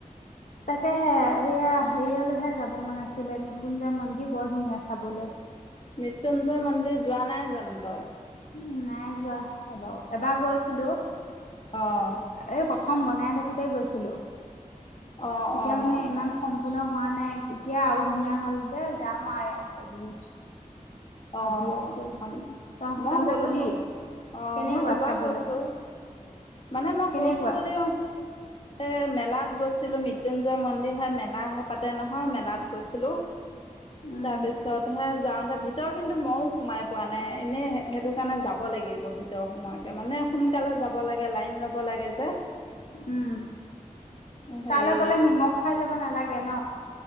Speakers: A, on the left; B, on the left.
A: তাকেহে এইয়া হেৰিয়লৈহে যাব মন আছিলে নিপুঞ্জ মন্দিৰ, বৰ ধুনীয়া চাবলৈ।
B: মৃত্যুঞ্জয় মন্দিৰ যোৱা নাই জানো তই?
A: উ' নাই যোৱা এবাৰ ও', এবাৰ গৈ আছিলো
B: অ',
A: এই খন বনাই থাকোতে গৈছিলো্ তেতিয়া
B: অ', অ'।
A: মানে ইমান সম সম্পূৰ্ণ হোৱা নাই। এতিয়া আৰু ধুনীয়া হ'ল যে যাম আৰু এদিন।
B: অ'
A: ভাবি আছো তহ
B: মই
A: তহঁতে
B: গ'লো,
A: গলি
B: অ'
A: কেনেকুৱা
B: মই দুবাৰ
A: চাবলৈ
B: গৈছোঁ। মানে মই
A: কেনেকুৱা
B: গৈছোঁ যদিও এ মেলাত গৈছিলো মৃত্্যুঞ্জয় মন্দিৰ হে মেলা পাতে নহয় মেলাত গৈছিলো।
A: উম
B: তাৰপিছছত হে' য দ ভিত <unintelligible> ভিতৰ কিন্তু মইয়ও সোমাই পোৱা নাই। এনেই সেইটো কাৰণে যাব লাগিব ভিতৰ সোমোৱাকে, মানে সোনকালে যাব লাগে, লাইন লব লাগে যে
A: উম'
B: হেৰি
A: তালৈ গলে নিমখ খাই যাব নালাগে ন?